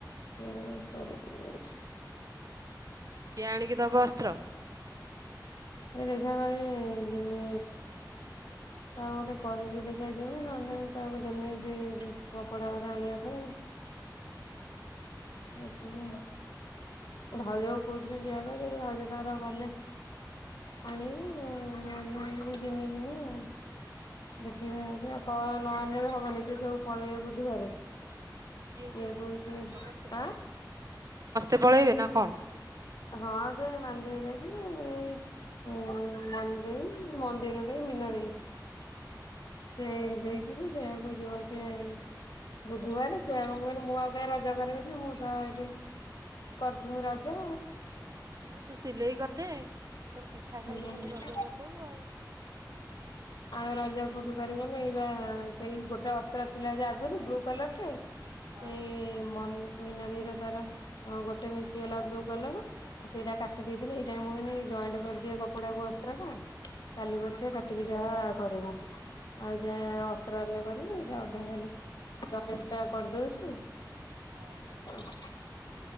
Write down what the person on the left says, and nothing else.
ଏ <unintelligible>
ଏଇ ଦେଖିଆ ନହେଲେ ଜୀମି କାହାକୁ ଗୋଟେ କହିକି ଦେଖିଆ ଜିମି ନହେଲେ ନାହିଁ କାହାକୁ ଦେମି ସେ କପଡା ଗୁରା ଆଣିବା ପାଇଁ ଆଉ। ଦେଖିବା ଭାଉଜଙ୍କୁ କହୁ ଯିବା ପାଇଁ ଯଦି ଭାଉଜ ତାଙ୍କର ଗଲେ ଆଣିବେ ନହେଲେ ନାହିଁ ଯଦି ଜିମି ଜିମି ଆଉ। ଦେଖିବା ଆଉ କଣ ନଆଣିଲେବି ହବନି ସେ ସବୁ ପଳେଇ ବୁଧବାରେ। କିଏ
କହୁଛି
ଆଁ
ହଁ ସେଇ ମନ୍ଦେଇ ହରିକା କି ଏଇ ହୁଁ ମନି ଦେଇ ମନ୍ଦେର ନୁହେଁ ତ ଏଇ ମିନା ଦେଇ। ସେଇ ଦେଇଛି ସେଇଆକୁ ଯିବ ଯେ ବୁଧବାର ସେୟାକୁ ମୁଁ କିହିଲି ମୁଁ ଙ୍କାଇ ଆଉ ରଜ କରିବି କି ମୁଁ ତ ଏଇଠି କରୁଥିମି ରଜା।
ହୁଁ
ଆଉ ରଜ ବୁଲି ପାରିବିନି ଏଇ ପା ସେଇ ଗୋଟେ ଅସ୍ତ୍ର ଥିଲା ଯେ ଆଗରୁ ବ୍ଲୁ କଲର ଟେ
ଏଇ ମନ ମିନା ଦେଇର ତାର ଗୋଟେ ମିଶିଗଲା ବ୍ଲୁ କଲର। ଆଉ ସେଇଟା କାଟି ଦେଇଥିଲି ଏଇଟା ମୁଁ କହିଲି ଜଏଣ୍ଟ କରିଦିଏ କପଡାକୁ ଅସ୍ତ୍ର ଟା। କାଲି ପଛେ କାଟିକି ଯାହା କରିମି। ଆଉ ଯାଏ ଅସ୍ତ୍ର ଆଣିନେ କରିମି ଏଇଟା ଅଧା ଖାଲି <unintelligible> ଟା କରିଦଉଛୁ।
<inaudible>